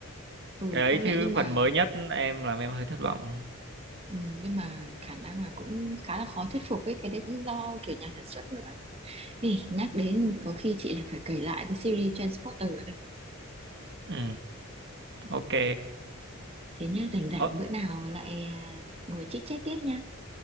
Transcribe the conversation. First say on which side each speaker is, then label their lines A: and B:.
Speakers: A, on the right (about 25°); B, on the right (about 50°).
A: ừ
B: cái ấy
A: công nhận
B: chứ
A: nhưng mà
B: phần mới nhất em làm em hơi thất vọng
A: ừm, nhưng mà khả năng là cũng khá là khó thuyết phục ấy cái đấy cũng do kiểu nhà sản xuất nữa Ê, nhắc đến có khi chị lại phải kể lại cái series Transporter đây.
B: ừ ok
A: Thế nhá, rảnh rảnh
B: Ờ,
A: bữa nào lại à, ngồi chit chat tiếp nha.